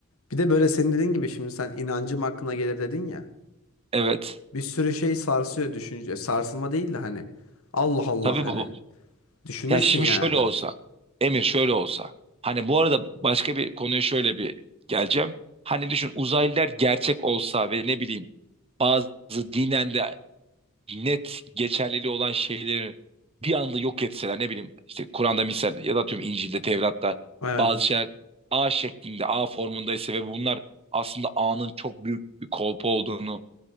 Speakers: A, on the left (about 75°); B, on the right (about 25°).
A: Bir de böyle senin dediğin gibi şimdi sen inancım aklına gelir dedin ya.
B: Evet.
A: Bir sürü şey sarsıyor düşünce. Sarsılma değil de hani. Allah Allah
B: Tabii
A: hani.
B: bu,
A: Düşünürsün
B: Ya şimdi
A: yani.
B: şöyle olsa, Emir şöyle olsa. Hani bu arada başka bir konuya şöyle bir geleceğim. Hani düşün uzaylılar gerçek olsa ve ne bileyim bazı dinen de net geçerliliği olan şeyleri bir anda yok etseler ne bileyim işte Kur'an'da misal ya da tüm İncil'de, Tevrat'ta
A: Evet.
B: bazı şeyler A şeklinde, A formundaysa ve bunlar aslında A'nın çok büyük bir kolpa olduğunu